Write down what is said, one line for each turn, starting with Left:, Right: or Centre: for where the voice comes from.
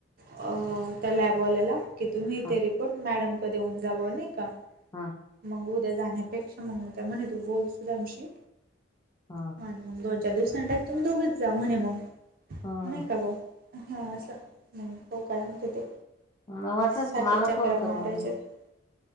Right: अ त्या लॅबवाल्याला की तुम्ही
Left: ह
Right: ते रिपोर्ट मॅडम कड देऊन जावं नाही का?
Left: ह
Right: मग उद्या जाण्यापेक्षा मग त्या म्हणे तू बोल सुदामशी.
Left: ह
Right: मग दोन, चार दिवसांनी डायरेकट तुम्ही दोघंच जा म्हणे मग
Left: ह
Right: नाही का ग? हा असं हो काय तिथे?
Left: मग वाटलंस
Right: सारखे
Left: तर मला
Right: चक्रा
Left: फोन
Right: मारायच्या
Left: कर मग मी
Right: त्या.